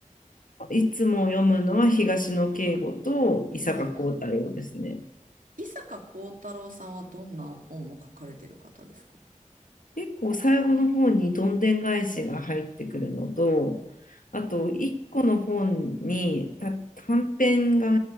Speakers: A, on the left; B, on the right.
A: いつも読むのは東野圭吾と伊坂幸太郎ですね。
B: はい。伊坂幸太郎さんはどんな本を書かれてる方ですか
A: 結構最後の方にどんでん返しが入ってくるのと、あと1個の本にた短編が
B: えー、